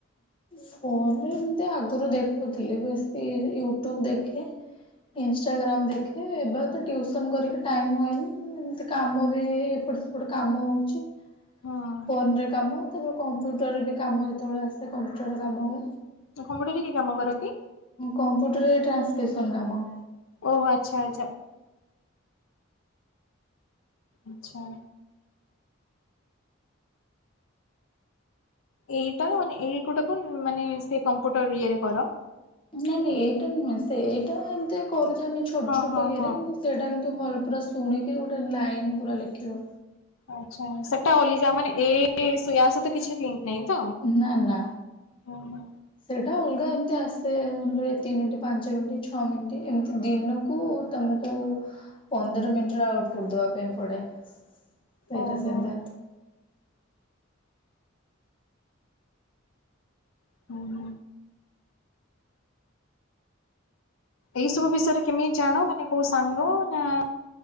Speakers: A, on the left; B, on the left.
A: ଫୋନ୍ ରେ ଏମତି ଆଗରୁ ଦେଖୁଥିଲି ବେଶି ୟୁଟ୍ୟୁବ ଦେଖେ। ଇନ୍‌ଷ୍ଟାଗ୍ରାମ ଦେଖେ ଏବେ ଆଉ ତ ଟ୍ୟୁସନ୍ କରିକି ଟାଇମ ହୁଏନି ଏମିତି କାମ ବି ଏପଟେ ସେପଟେ କାମ ହଉଛି।
B: ହଁ
A: ଫୋନରେ କାମ କେବେ କମ୍ପ୍ୟୁଟରରେ ବି କାମ ଯେତେବେଳେ ଆସେ କମ୍ପ୍ୟୁଟରରେ କାମ ହୁଏ।
B: <unintelligible> କି କାମ କର କି?
A: କମ୍ପ୍ୟୁଟର ରେ ଟ୍ରାନ୍ସକ୍ରିପ୍ସନ୍ କାମ।
B: ଓହୋ ଆଚ୍ଛା ଆଚ୍ଛା। ଆଚ୍ଛା। ଏଇଟା ମାନେ ଏଇ ଗୋଟାକୁ ମାନେ ସେ କମ୍ପୁଟର ଇଏରେ କର?
A: ନାଇଁ ନାଇଁ ଏଇଟା ନୁହେଁ ସେ ଏଇଟା ଏମିତି କରୁଛେ ଆମେ ଛୋଟ
B: ହଁ
A: ଛୋଟ
B: ହଁ
A: ଇଏରେ
B: ହଁ।
A: ସେଇଟା କିନ୍ତୁ ଭଲ ପୁରା ଶୁଣିକି ଗୋଟେ ଲାଇନ୍ ପୁରା ଲେଖିବ।
B: ଆଚ୍ଛା ସେଟା ଅଲଗା ମାନେ ଏ ଇୟା ସହିତ କିଛି ଲିଙ୍କ ନାହିଁ ତ?
A: ନା ନା।
B: ଓହୋ
A: ସେଇଟା ଅଲଗା ଏମିତି ଆସେଲଏତିିକି ମିନିଟ ପାଞ୍ଚ ମିନିଟ୍ ଛଅ ମିନିଟ ଏମିତି ଦିନକୁ ତମକୁ ପନ୍ଦର ମିନିଟର ଆଉଟପୁଟ ଦେବା ପାଇଁ ପଡ଼େ। ସେଇଟା।
B: ଓହୋ
A: <inaudible>
B: <inaudible> ଏଇ ସବୁ ବିଷୟରେ କେମିତି ଜାଣ ମାନେ କୋଉ ସାଙ୍ଗ ନା